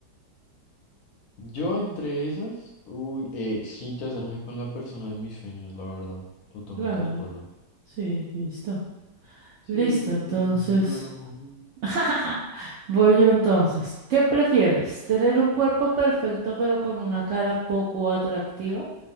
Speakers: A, on the left; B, on the right.
A: Yo entre esas, uy, eh, sí, casarme con la persona de mis sueños, la verdad. Totalmente
B: claro,
A: de acuerdo.
B: sí, listo.
A: Sí,
B: Listo, entonces.
A: viva el amor.
B: <laughs> Voy yo entonces. ¿Qué prefieres? ¿Tener un cuerpo
A: <laughs>
B: perfecto pero con una cara poco atractiva?